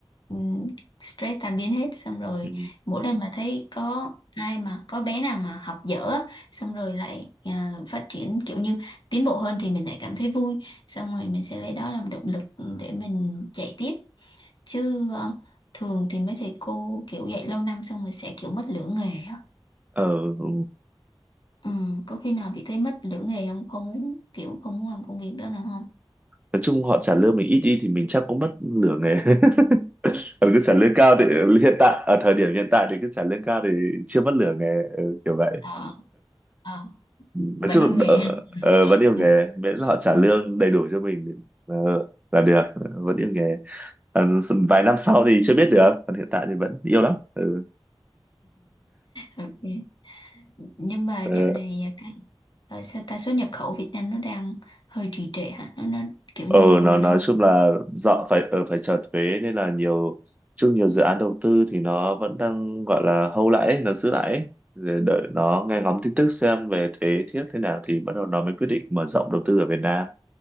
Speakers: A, on the left (about 55°); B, on the right (about 15°).
A: ừm, stress tan biến hết xong rồi
B: Ừ.
A: mỗi lần mà thấy có ai mà có bé nào mà học dở á, xong rồi lại à, phát triển kiểu như tiến bộ hơn thì mình lại cảm thấy vui xong rồi mình sẽ lấy đó làm động lực để mình chạy tiếp chứ ờ, thường thì mấy thầy cô kiểu dạy lâu năm xong rồi sẽ kiểu mất lửa nghề á
B: Ờ, ừ.
A: ừ, có khi nào bị thấy mất lửa nghề không không muốn kiểu không muốn làm công việc đó nữa không
B: nói chung họ trả lương mình ít đi thì mình chắc cũng mất nửa nghề <laughs> còn cứ trả lương cao thì hiện tại ở thời điểm hiện tại thì cứ trả lương cao thì chưa mất nửa nghề ừ, kiểu vậy
A: ờ ờ
B: nói
A: vẫn
B: chung
A: yêu
B: là
A: nghề
B: đỡ,
A: <laughs>
B: ờ, vẫn yêu
A: ừ,
B: nghề miễn là họ trả
A: ừ,
B: lương đầy đủ cho mình ờ, là được vẫn yêu nghề còn vài năm sau thì chưa biết được còn hiện tại thì vẫn yêu lắm ừ.
A: ok. nhưng mà
B: ờ.
A: dạo này ờ, cái ờ, sao ta xuất nhập khẩu Việt Nam nó đang hơi trì trệ hả nó nó kiểu
B: ờ
A: như
B: nó nói
A: năm
B: chung là dọ phải ờ, phải trả thuế nên là nhiều chung nhiều dự án đầu tư thì nó vẫn đang gọi là hold lại ấy, nó giữ lại ấy. Để đợi nó nghe ngóng tin tức xem về thuế thiết thế nào thì bắt đầu nó mới quyết định mở rộng đầu tư ở Việt Nam